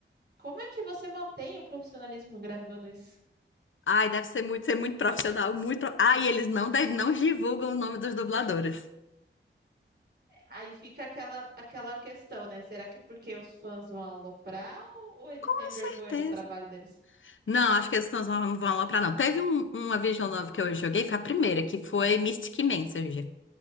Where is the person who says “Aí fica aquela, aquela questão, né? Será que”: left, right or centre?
Right